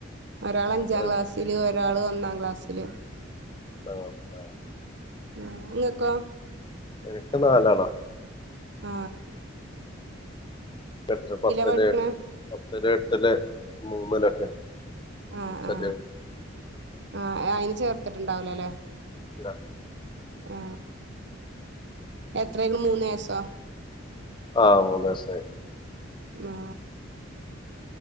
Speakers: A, on the right; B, on the left.
A: ഒരാള് അഞ്ചാം
B: എത്രയിലാ?
A: ക്ലാസ്സില് ഒരാള് ഒന്നാം ക്ലാസ്സില്
B: എന്താ അവസ്ഥ
A: ഉം ഇങ്ങക്കോ
B: എനിക്ക് നാലാളാ
A: ആ
B: എട്ട് പത്തല്
A: പഠിക്കണെ
B: എട്ട പത്ത്ല് എട്ടില് മൂന്നിലൊക്കെ
A: ആ
B: ചെറിയ
A: ആ
B: കുട്ടി
A: ആ അയിനെ ചേർത്തിട്ടുണ്ടാവില്ലല്ലേ
B: ഇല്ല
A: ആ ആ എത്രയായിക്കണ് മൂന്ന് വയസോ
B: ആഹ് മൂന്ന് വയസായി
A: ആ